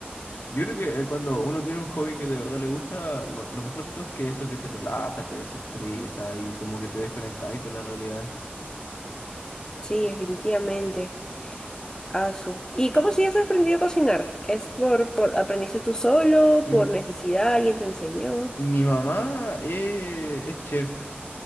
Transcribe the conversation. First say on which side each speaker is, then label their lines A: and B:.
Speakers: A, on the left; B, on the left.
A: Yo creo que eh, cuando uno tiene un hobby que de verdad le gusta, lo, lo mejor de todo es que eso que te relaja, te desestresa y como que te desconectáis de la realidad.
B: Sí,
A: Es-
B: definitivamente. Asu. ¿Y cómo si has aprendido a cocinar? ¿Es por, por aprendiste tú solo,
A: M-
B: por necesidad, alguien te enseñó?
A: Mi mamá eh, es chef,